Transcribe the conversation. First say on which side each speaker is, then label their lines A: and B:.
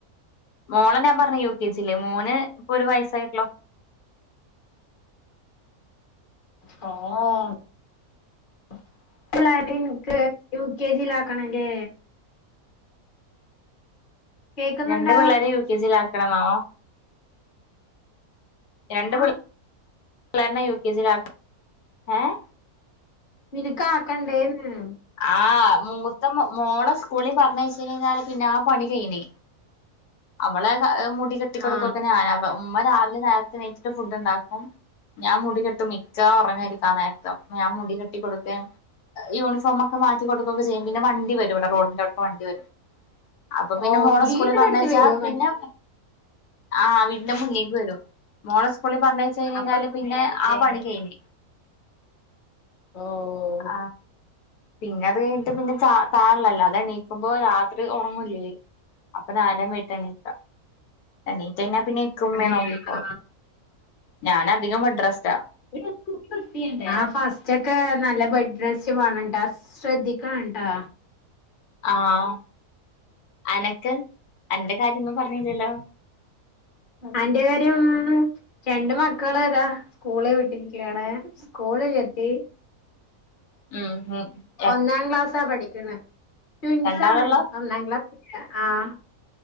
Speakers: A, on the left; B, on the left.
A: മോളെ ഞാൻ പറഞ്ഞെ യു കെ ജില് മോന് ഇപ്പൊ ഒരു വയസ്സായി
B: <unintelligible> <unintelligible> യു കെ ജിലാക്കണല്ലേ കേക്കുന്നുണ്ടാ
A: രണ്ട് പിള്ളേരെ യു കെ ജിലാക്കണന്നോ രണ്ട്
B: ആ
A: പിള്ളേ പിള്ളേരനെ യു കെ ജിലാക്ക ഏഹ്
B: നിനക്ക് ആക്കണ്ടേന്ന്
A: ആഹ് മൂത്ത മോ മോളെ സ്കൂളി പറഞ്ഞയച്ച് കയിഞ്ഞാല് പിന്നാ പണി കയിഞ്ഞ് അവളെ മുടി കെട്ടി കൊടുക്കൊക്കെ
B: ആ
A: ഞാനാ ഉമ്മ രാവിലെ നേരത്തെ എണീറ്റിട്ട് ഫുഡ് ഇണ്ടാക്കും ഞാൻ മുടി കെട്ടും മിക് <unintelligible> ഒറങ്ങായിരിക്കാ നേരത്ത് അപ്പൊ ഞാൻ മുടി കെട്ടി കൊടുക്കേം യൂണിഫോമൊക്കെ മാറ്റി കൊടു ക്കെ ചെയ്യും ഈ പിന്നെ വണ്ടി വെരും ഇവിടെ റോഡിന്റെ <unintelligible> വണ്ടി വെരും അപ്പൊ പിന്നെ
B: ഓ
A: മോളെ
B: വീട്ടിന്റെ
A: സ്കൂളി പറഞ്ഞയച്ചാ
B: അടുത്ത് വരുവോ വ
A: പിന്നെ ആഹ് വീടിന്റെ മുന്നിക്ക് വെരും മോളെ സ്‌കൂളി പറഞ്ഞയച്ച് കഴിഞ്ഞാല്
B: അപ്പൊ സുഖായില്ലേ
A: പിന്നെ ആ പണി കഴിഞ്ഞ്
B: ഓഹ്
A: ആ പിന്നെ അത് കഴിഞ്ഞിട്ട് പിന്നെ ചാ തായെള്ളതല്ലേ അതെണീ ക്കുമ്പോ രാത്രി ഒറങ്ങൂല്ലേ അപ്പൊ നാരം വൈകിട്ടാണീക്കാ എണീറ്റ് കഴിഞ്ഞാ പിന്നെ ഇക്കേം ഉമ്മേ
B: അങ്ങനെയാണോ
A: നോക്കി കോളും ഞാൻ അധികം ബഡ് റെസ്റ്റാ
B: <unintelligible> ആഹ് ഫസ്റ്റ് ഒക്കെ നല്ല ബെഡ് റസ്റ്റ് വേണട്ടാ ശ്രദ്ധിക്കണട്ടാ
A: ആഹ് അനക്ക് അന്റെ കാര്യങ്ങൾ പറഞ്ഞില്ലല്ലോ
B: എന്റെ കാര്യം ഉം രണ്ട് മക്കള് ഇതാ സ്കൂളി വിട്ടിരിക്കയാണ് സ്കൂളിലെത്തി
A: ഉം <unintelligible>
B: ഒന്നാം ക്ലാസ്സാ പഠിക്കണ് ട്യുൻസാണ്
A: രണ്ടാളുള്ളോ
B: ഒന്നാം ക്ലാസ്സില് ആഹ്